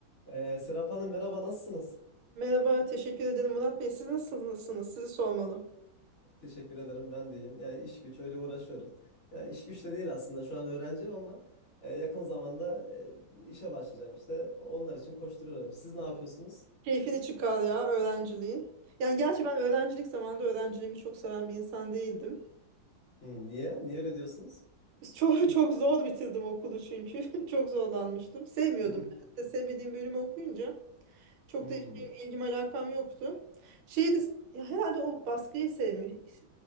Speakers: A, on the left (about 40°); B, on the right (about 80°).
A: Ee, Serap Hanım merhaba nasılsınız?
B: Merhaba, teşekkür ederim Murat Bey. Siz nasılsınız? Sizi sormalı.
A: Teşekkür ederim ben de iyiyim. Yani iş güç öyle uğraşıyoruz. Yani iş güç de değil aslında şu an öğrenciyim ama e, yakın zamanda e, işe başlayacağım işte. Onlar için koşturuyorum. Siz ne yapıyorsunuz?
B: Keyfini çıkar ya öğrenciliğin. Yani gerçi ben öğrencilik zamanında öğrenciliğimi çok seven bir insan değildim.
A: Hmm, niye? Niye öyle diyorsunuz?
B: Çok <laughs> çok zor bitirdim okulu çünkü. <laughs> Çok zorlanmıştım. Sevmiyordum.
A: Hmm,
B: Yani. işte Sevmediğim bölümü okuyunca çok
A: hmm.
B: da işim, ilgim alakam yoktu. Şeydi ya herhalde o baskıyı sevmiş.